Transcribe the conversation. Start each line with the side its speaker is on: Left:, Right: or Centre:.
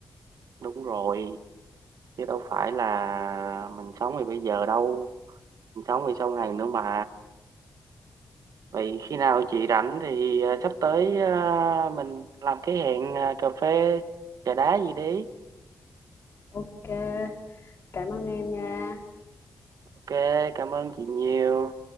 Right: đúng rồi chứ đâu phải là mình sống thì bây giờ đâu sống thì song hành nữa mà vậy khi nào chị rảnh thì ờ, sắp tới ờ, mình làm cái hẹn ờ, cà phê trà đá gì đi
Left: Ok, cảm ơn em nha.
Right: ok cảm ơn chị nhiều